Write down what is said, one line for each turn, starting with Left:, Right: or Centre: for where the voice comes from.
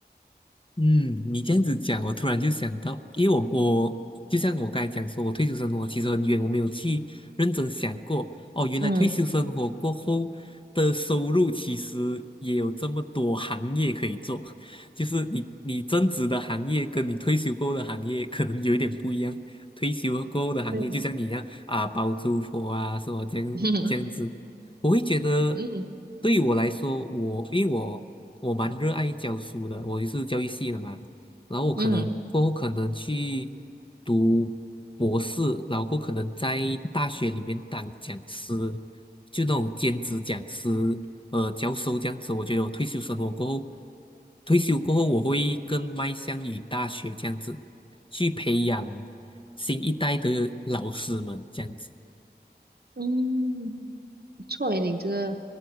Left: 嗯，你这样子讲，我突然就想到，因为我我就像我刚才讲说，我退休生活其实很远，我没有去认真想过。哦，原来退休生活过后的收入其实也有这么多行业可以做，
Right: 嗯，
Left: 就是你你增值的行业跟你退休过后的行业可能有一点不一样。退休过后的行业就像你一样啊，
Right: 对，
Left: 包租婆啊，什么这样这样子，
Right: <laughs>
Left: 我会觉得
Right: 嗯
Left: 对于我来说，我因为我。我蛮热爱教书的，我也是教育系的嘛。然后我可能过后可能去
Right: 嗯
Left: 读博士，然后过后可能在大学里面当讲师，就那种兼职讲师，呃，教授这样子。我觉得我退休生活过后，退休过后我会更迈向于大学这样子，去培养新一代的老师们这样子。
Right: 嗯，不错诶，你这个